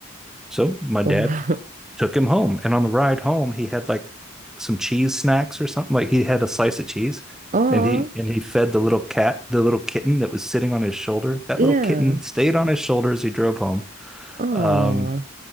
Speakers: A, in the centre; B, on the right (about 40°).
A: So my dad
B: Oh,
A: took him home. And on the ride home, he had like some cheese snacks or something. Like he had a slice of cheese
B: aw,
A: and he and he fed the little cat, the little kitten that was sitting on his shoulder. That
B: yeah.
A: little kitten stayed on his shoulder as he drove home.
B: Oh,
A: Um,